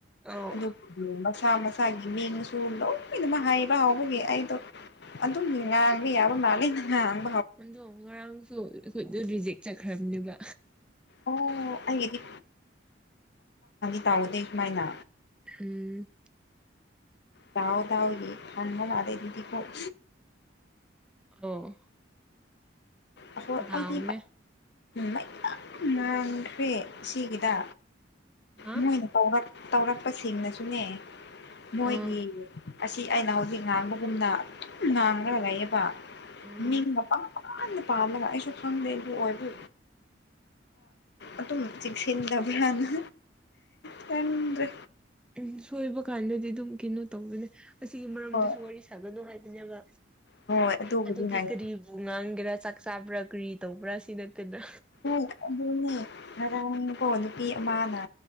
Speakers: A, in the centre; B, on the left.
A: ꯑꯧ
B: ꯑꯗꯨ ꯎ ꯃꯁꯥ ꯃꯁꯥꯒꯤ ꯃꯤꯅꯁꯨ ꯂꯣꯏꯅꯃꯛ ꯍꯥꯏꯕ ꯍꯧꯕꯒꯤ ꯑꯩꯗꯣ ꯑꯗꯨꯝ ꯉꯥꯡꯕ ꯌꯥꯕ ꯉꯥꯡꯂꯤꯅꯍꯥ
A: ꯑꯗꯣ ꯉꯔꯥꯡꯁꯨ ꯑꯩꯈꯣꯏꯗ ꯔꯤꯖꯦꯛ ꯆꯠꯈ꯭ꯔꯕꯅꯦꯕ
B: ꯑꯣ ꯑꯩꯒꯤꯗꯤ <unintelligible> ꯇꯧꯗꯦ ꯁꯨꯃꯥꯏꯅ
A: ꯎꯝ
B: ꯗꯥꯎꯗꯥꯎꯏ ꯊꯥꯟꯅꯕ ꯃꯥꯗꯦ ꯗꯤ ꯀꯧꯕꯣ
A: ꯑꯣ
B: ꯑꯩꯈꯣ
A: ꯗꯥꯎꯅꯦ
B: ꯑꯩꯗꯤ ꯃꯌꯥꯝ <unintelligible> ꯁꯤꯒꯤꯗ
A: ꯍꯥ
B: ꯃꯣꯏꯅ ꯇꯧꯔꯛ ꯇꯧꯔꯛꯄꯁꯤꯡꯅꯁꯨꯅꯦ ꯃꯣꯏꯒꯤ
A: ꯑꯥ
B: ꯑꯁꯤ ꯑꯩꯅ ꯍꯧꯖꯤꯛ ꯉꯥꯡꯕꯒꯨꯝꯅ ꯑꯗꯨꯝ ꯉꯥꯡꯗ ꯂꯩꯌꯦꯕ
A: ꯎꯝ
B: ꯃꯤꯡ ꯃꯄ ꯃꯥꯟꯅ ꯄꯥꯝꯃꯒ ꯑꯩꯁꯨ ꯈꯪꯗꯦꯕꯨ ꯑꯣꯏꯕ ꯑꯗꯨꯝ ꯆꯦꯛꯁꯤꯟꯗꯕ꯭ꯔꯥꯅ ꯈꯪꯗ꯭ꯔꯦ
A: ꯎꯝ ꯁꯣꯏꯕ ꯀꯥꯟꯗꯗꯤ ꯑꯗꯨꯝ ꯀꯩꯅꯣ ꯇꯧꯕꯅꯦ ꯑꯁꯤꯒꯤ ꯃꯔꯝꯗꯁꯨ
B: ꯍꯣꯏ
A: ꯋꯥꯔꯤ ꯁꯥꯒꯅꯨ ꯍꯥꯏꯕꯅꯦꯕ
B: ꯍꯣꯏ ꯑꯗꯨꯕꯨꯗꯤ
A: ꯑꯗꯨꯒꯤ
B: ꯉꯥꯏ
A: ꯀꯔꯤ ꯎ ꯉꯥꯡꯒꯦꯔꯥ ꯆꯥꯛ ꯆꯥꯕ꯭ꯔꯥ ꯀꯔꯤ ꯇꯧꯕ꯭ꯔꯥ ꯁꯤ ꯅꯠꯇꯦꯅ
B: ꯎ ꯑꯗꯨꯅꯦ ꯉꯔꯥꯡꯀꯣ ꯅꯨꯄꯤ ꯑꯃꯅ